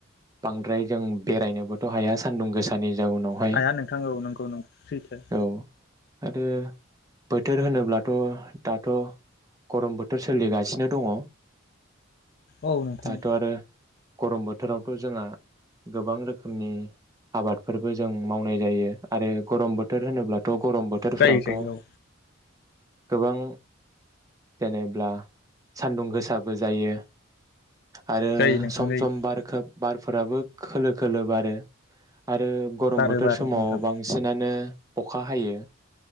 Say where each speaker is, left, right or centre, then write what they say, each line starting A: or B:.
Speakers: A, on the right; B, on the left.
A: बांद्राय जों बेरायनोबोथ' हाया सान्दुं गोसानि जाउनावहाय
B: हाया नोंथां नंगौ नंगौ सैथो।
A: औ आरो बोथोर होनोब्लाथ' दाथ' गरम बोथोर सोलिगासिनो दङ।
B: औ नोंथां
A: दाथ' आरो गरम बोथोरावथ' जोंहा गोबां रोखोमनि आबादफोरबो जों मावनाय जायो आरो गरम बोथोर होनोब्ला थ' गरम बोथोरफ्रावथ'
B: जायो जायो औ
A: गोबां जेनेब्ला सान्दुं गोसाबो जायो। आरो
B: जायो नोंथां
A: सम
B: जायो
A: सम बार खोब बारफोराबो खोलो खोलो बारो। आरो गरम
B: बारो
A: बोथोर
B: बारो
A: समाव
B: नोंथां
A: बांसिनानो अखा हायो।